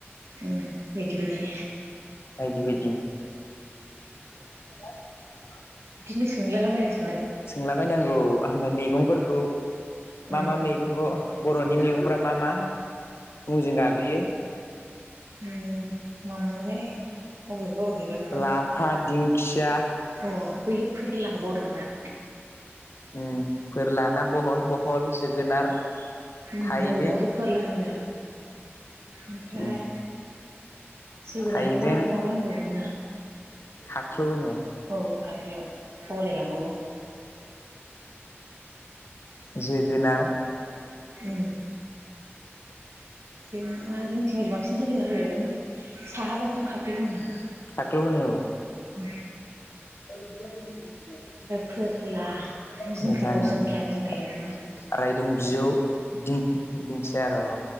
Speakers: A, on the right; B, on the left.
A: उम बायदि बायदि
B: बायदि बायदि <inaudible>
A: बिदिनो सोंलालाबा <unintelligible>
B: सोंलाबायायनांगौ ओमफाय मेगंफोरखौ मा
A: उम
B: मा मेगंखौ बर'नि मेगंफ्रा मा मा मुंजों गाब्रियो
A: उम मामोनहाय अबेबा अबेबाखौ
B: लाफा दिंखिया
A: अ' बैयो फोर लाबावदोंना
B: उम फोरलाना बहल बहल जोगोनार
A: उम
B: थाइबें
A: बहलखौथ' फोरला होनो ओमफ्राय
B: उम
A: जोगोनारखौ
B: थाइबें
A: मा माबा होनबावोमोन ना
B: खाख्लौ होनो
A: औ खाख्लौ बावलायलांबावो।
B: <inaudible> जोगोनार
A: उ <unintelligible> जोंथिं बांसिन जोगोना होनो ओमफ्राय साहाबाथ' खाख्लौ होनो।
B: खाख्लौ होनो औ
A: उ
B: <unintelligible>
A: फोरला जिंखाखौ जिंखायानो होनखायो नामा
B: रायदों बिजौ दिं दिंखिया र'द